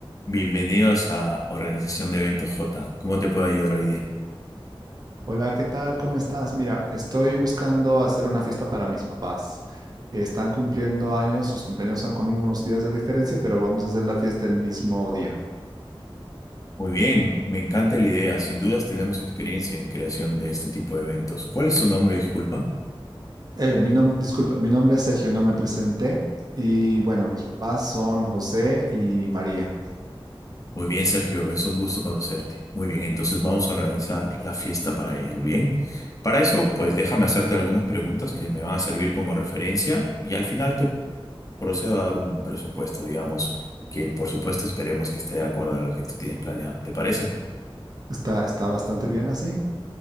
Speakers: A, on the left; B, on the right.
A: Bienvenidos a Organización de Eventos J. ¿Cómo te puedo ayudar hoy día?
B: Hola, ¿qué tal? ¿Cómo estás? Mira, estoy buscando hacer una fiesta para mis papás. Están cumpliendo años, sus cumpleaños son con unos días de diferencia, pero vamos a hacer la fiesta el mismo día.
A: Muy bien, me encanta la idea. Sin dudas tenemos experiencia en creación de este tipo de eventos. ¿Cuál es tu nombre, disculpa?
B: Eh, mi nombre, disculpa, mi nombre es Sergio, no me presenté. Y bueno, mis papás son José y María.
A: Muy bien, Sergio, es un gusto conocerte. Muy bien, entonces vamos a organizar la fiesta para ellos, ¿bien? Para eso, pues déjame hacerte algunas preguntas que me van a servir como referencia y al final te procedo a dar un presupuesto, digamos, que por supuesto esperemos que esté de acuerdo a lo que tú tienes planeado. ¿Te parece?
B: Está, está bastante bien así.